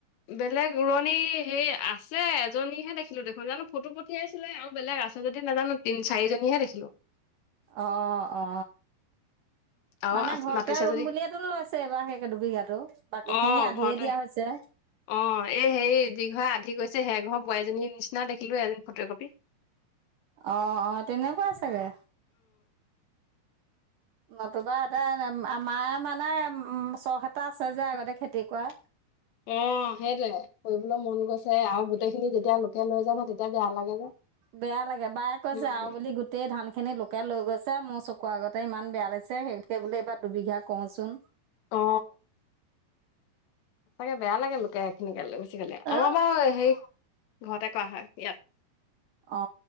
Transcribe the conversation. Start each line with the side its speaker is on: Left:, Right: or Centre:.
Left: বেলেগ ৰুৱনি সেই আছে। যে এজনীহে দেখিলোঁ দেখোন জানো ফটো পঠিয়াইছিলে আৰু বেলেগ আছে যদি নাজানোঁ তিনি চাৰিজনীহে দেখিলোঁ।
Right: অ অ।
Left: আৰু
Right: মানে ঘৰতে
Left: মাতিছে
Right: ৰুম
Left: যদি
Right: বুলিয়েতো লৈছে এইবাৰ সেইে দুবিঘাতো বাকী
Left: অ
Right: খিনি আধিয়ে
Left: ঘৰতে
Right: দিয়া হৈছে।
Left: অ এই হেৰি যি ঘৰ আধি গৈছে সেই ঘৰ বোৱাৰীজনীৰ নিচিনা দেখিলো এজনী ফটো কপি।
Right: অ অ তেনেকুৱাই চাগে। নতুবা এতে আমাৰ মানে উম চখ এটা আছে যে আগতে খেতি কৰা।
Left: উম সেইটোৱে কৰিবলৈ মন গৈছে আৰু গোটেই খিনি যেতিয়া লোকে লৈ যাব তেতিয়া বেয়া লাগে যে।
Right: বেয়া লাগে বায়ে কৈছে
Left: উম
Right: আৰু বুলি গোটেই ধান খিনি লোকে লৈ গৈ। ছে মোৰ চকুৰ আগতে ইমান বেয়া লাগিছে সেই বুলি এইবাৰ দুবিঘা কৰোঁচোন।
Left: অ। চাগে বেয়া লাগে লোকেখিনিকে লৈ গুচি গ'লে
Right: অ
Left: আমাৰ বাৰু হেৰি। ঘৰতে কৰা হয় ইয়াত।
Right: অ